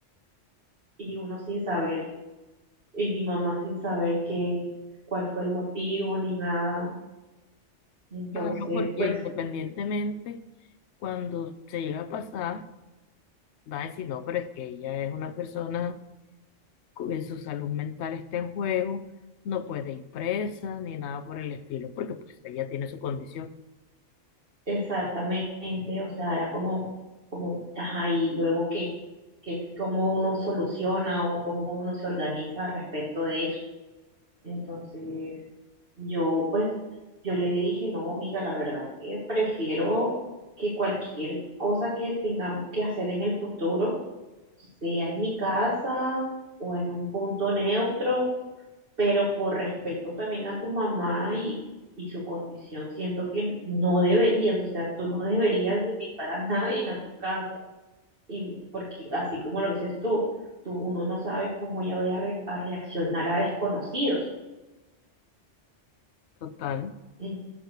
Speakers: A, on the right; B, on the left.
A: y uno sin saber, y mi mamá sin saber qué, cuál fue el motivo ni nada. Entonces,
B: Claro, porque
A: pues
B: independientemente, cuando se llega a pasar, va a decir, no, pero es que ella es una persona cu- su salud mental está en juego, no puede ir presa ni nada por el estilo, porque pues ella tiene su condición
A: Exactamente, o sea, era como, como, ajá, y luego qué, que es cómo uno soluciona o cómo uno se organiza respecto de eso. Entonces, yo pues, yo le dije, no, amiga, la verdad es que prefiero que cualquier cosa que tengamos que hacer en el futuro, sea en mi casa o en un punto neutro, pero por respeto también a tu mamá y, y su condición, siento que no deberías, o sea, tú no deberías invitar a nadie a tu casa, y porque así como lo dices tú, tú uno no sabe cómo ella vaya a, re- a reaccionar a desconocidos.
B: total,
A: En-